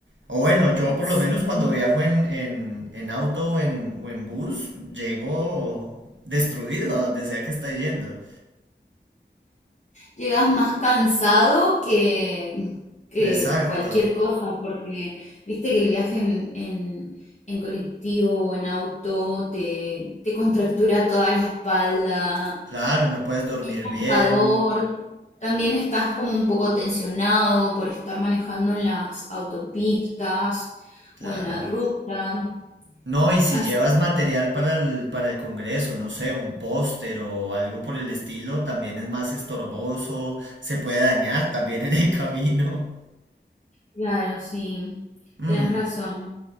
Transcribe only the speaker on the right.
O bueno, yo por
lo menos cuando viajo en, en, en auto o en, o en bus, llego destruido a donde sea que esté yendo.
Exacto.
Claro, no puedes dormir
bien.
Claro.
No, y si
llevas material para el, para el Congreso, no sé, un póster o algo por el estilo, también es más estorboso, se puede dañar también en el <laughs> camino.
Mm,